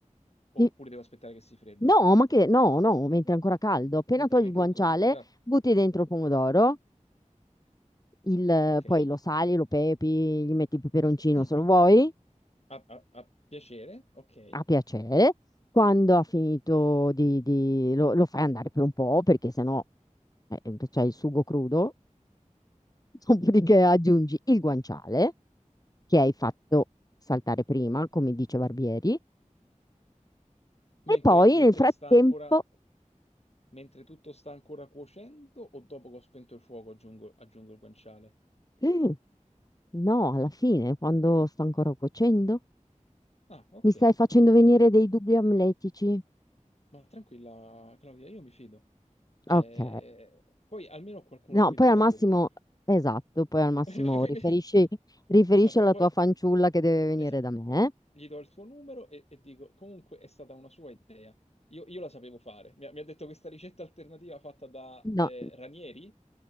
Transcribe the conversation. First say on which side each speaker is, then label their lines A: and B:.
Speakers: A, on the left; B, on the left.
A: Oppure
B: Sì.
A: devo aspettare che si fredda?
B: No, ma che no, no, mentre è ancora caldo. Appena
A: Mentre
B: togli
A: manca
B: il guanciale,
A: ancora tutto caldo.
B: butti dentro il pomodoro, il-
A: Ok.
B: poi lo sali, lo pepi, gli metti il peperoncino
A: <clears throat>
B: se lo vuoi,
A: A, a- a piacere, ok.
B: a piacere. Quando ha finito di, di- lo, lo fai andare per un po', perché sennò eh, c'è il sugo crudo, <laughs> dopodiché aggiungi il guanciale che hai fatto saltare prima, come dice Barbieri,
A: Mentre,
B: e poi
A: mentre
B: nel frattempo.
A: sta ancora, mentre tutto sta ancora cuocendo o dopo che ho spento il fuoco aggiungo, aggiungo il guanciale?
B: <gasps> No, alla fine, quando sto ancora cuocendo,
A: Ah, ok.
B: mi stai facendo venire dei dubbi amletici.
A: Ma tranquilla, Claudia, io mi fido. Cioè,
B: Ok.
A: poi almeno ho qualcuno
B: No,
A: a cui
B: poi
A: dare
B: al
A: la
B: massimo,
A: colpa.
B: esatto, poi al massimo
A: <laughs> Quindi-
B: riferisci, riferisci
A: esatto,
B: alla
A: poi
B: tua fanciulla che deve venire
A: esatto.
B: da me.
A: Gli do il suo numero e, e dico, comunque è stata una sua idea. Io, io la sapevo fare. Mi ha, mi ha detto questa ricetta alternativa fatta da
B: No,
A: eh, Ranieri,